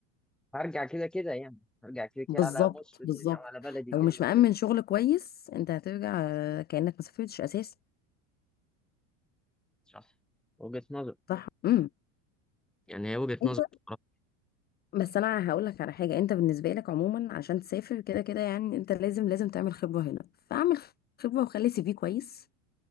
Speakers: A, in the centre; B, on the left.
A: هرجع كده كده يعني هرجع كده
B: بالظبط
A: كده على مصر
B: بالظبط
A: تاني أو على بلدي
B: لو
A: تاني
B: مش مأمن
A: أه
B: شغل كويس انت هترجع آه، كأنك ما سافرتش اساسا
A: صح وجهة نظر
B: صح امم
A: يعني هي وجهة
B: انت
A: نظر بصراحة.
B: بس انا هقول لك على حاجة انت بالنسبة لك عموما عشان تسافر كده كده يعني انت لازم لازم تعمل خبرة هنا فاعمل خبرة وخلي سي في كويس